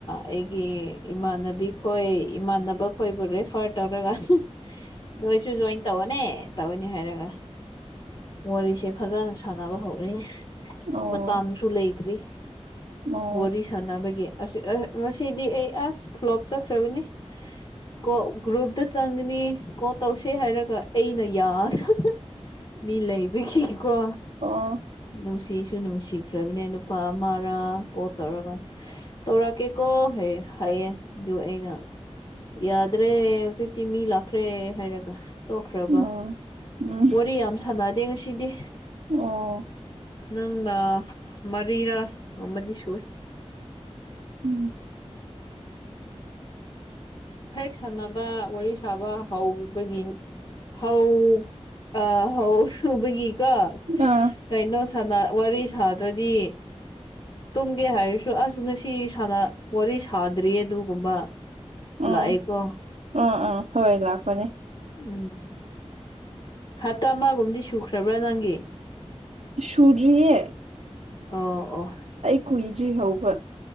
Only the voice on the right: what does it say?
ꯑꯣ
ꯑꯣ
ꯑꯣ ꯑꯣ
ꯑꯣ ꯎꯝ
ꯑꯣ
ꯎꯝ
ꯑꯥ
ꯎꯝ
ꯎꯝ ꯎꯝ ꯍꯣꯏ ꯂꯥꯛꯄꯅꯦ
ꯁꯨꯗ꯭ꯔꯤꯌꯦ
ꯑꯩ ꯀꯨꯏꯗ꯭ꯔꯤ ꯍꯧꯕ